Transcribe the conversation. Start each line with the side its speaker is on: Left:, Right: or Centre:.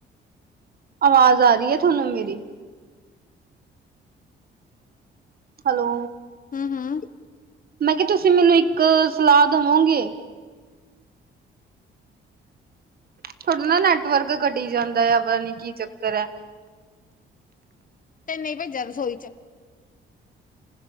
Right: ਆਵਾਜ਼ ਆ ਰਹੀ ਹੈ ਤੁਹਾਨੂੰ ਮੇਰੀ ਹੈਲੋ
Left: ਹਮ ਹਮ
Right: ਮੈਂ ਕਿਹਾ ਤੁਸੀਂ ਮੈਨੂੰ ਇੱਕ ਸਲਾਹ ਦੇਵੋਗੇ ਤੁਥੋਡਾ ਨਾ ਨੈਟਵਰਕ ਘਟੀ ਜਾਂਦਾ ਆ ਪਤਾ ਨੀ ਕੀ ਚੱਕਰ ਹੈ
Left: ਤਨ ਨਹੀਂ ਭੇਜਿਆ ਰਸੋਈ ਚ